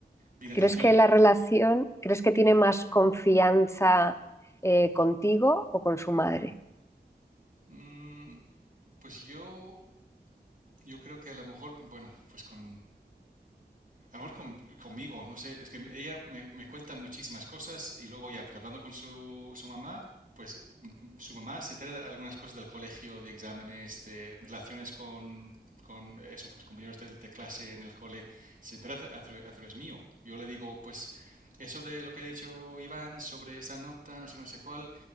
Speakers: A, on the right (about 50°); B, on the left (about 15°).
A: y natación.
B: ¿Crees que la relación, crees que tiene más confianza eh, contigo o con su madre?
A: Mm, pues yo, yo creo que a lo mejor, bueno, pues con a lo mejor con- conmigo, no sé, es que ella me, me cuenta muchísimas cosas y luego ya, pues hablando con su, su mamá, pues mm, su mamá se entera de algunas cosas del colegio, de exámenes, de relaciones con, con eso, pues, compañeros de, de clase en el cole, se entera a, tra- a tra- a través mío. Yo le digo, pues eso de lo que ha dicho Iván sobre esa nota, no sé qué, no sé cuál,